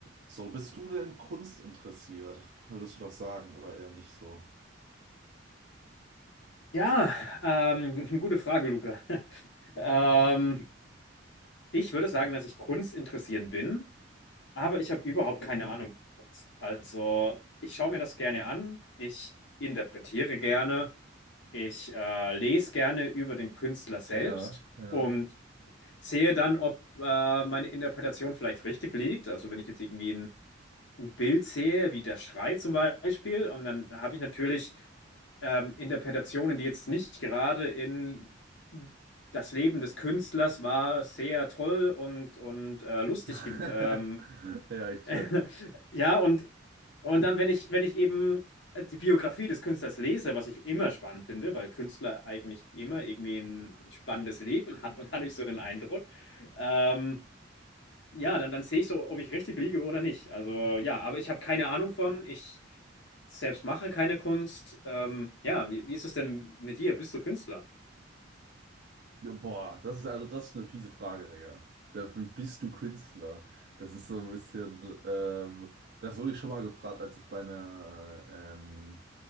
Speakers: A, on the right; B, on the left.
A: So, bist du denn kunstinteressiert? Würdest du das sagen oder eher nicht so?
B: Ja, ähm, <laughs> gute Frage, Luca. <laughs> Ähm, ich würde sagen, dass ich Kunst interessiert bin, aber ich habe überhaupt keine Ahnung von Kunst. Also, ich schaue mir das gerne an, ich interpretiere gerne, ich äh, lese gerne über den Künstler selbst
A: Ja, ja.
B: und sehe dann, ob äh, meine Interpretation vielleicht richtig liegt. Also, wenn ich jetzt irgendwie ein ein Bild sehe, wie der Schrei zum Beispiel, und dann habe ich natürlich ähm, Interpretationen, die jetzt nicht gerade in das Leben des Künstlers war sehr toll und, und äh, lustig.
A: <laughs>
B: ge- Ähm,
A: Ja, ich check.
B: <laughs> ja, und, und dann, wenn ich, wenn ich eben die Biografie des Künstlers lese, was ich immer spannend finde, weil Künstler eigentlich immer irgendwie ein spannendes Leben hatten, <laughs> hatte ich so den Eindruck. Ähm, ja, dann, dann sehe ich so, ob ich richtig liege oder nicht. Also ja, aber ich habe keine Ahnung von. Ich selbst mache keine Kunst. Ähm, ja, wie, wie ist es denn mit dir? Bist du Künstler?
A: Ja, Boah, das ist also das ist eine fiese Frage, Digga. Dafür bist du Künstler. Das ist so ein bisschen, ähm, das wurde ich schon mal gefragt, als ich bei einer ähm,